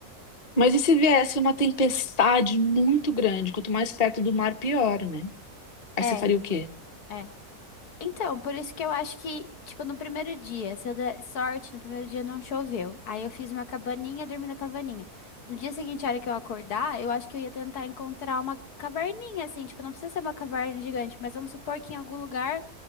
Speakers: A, on the left; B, on the left.
A: mas e se viesse uma tempestade muito grande? Quanto mais perto do mar, pior, né? Aí
B: É,
A: você faria o quê?
B: é. Então, por isso que eu acho que, tipo, no primeiro dia, se eu der sorte, no primeiro dia não choveu. Aí eu fiz uma cabaninha, dormi na cabaninha. No dia seguinte, a hora que eu acordar, eu acho que eu ia tentar encontrar uma caverninha, assim, tipo, não precisa ser uma caverna gigante, mas vamos supor que em algum lugar